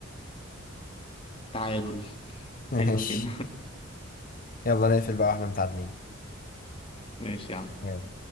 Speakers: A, on the left; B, on the left.
A: تعادل
B: <laughs> ماشي
A: حلو كده
B: يلا نقفل بقى واحنا متعادلين
A: <laughs> ماشي يا عم
B: يلا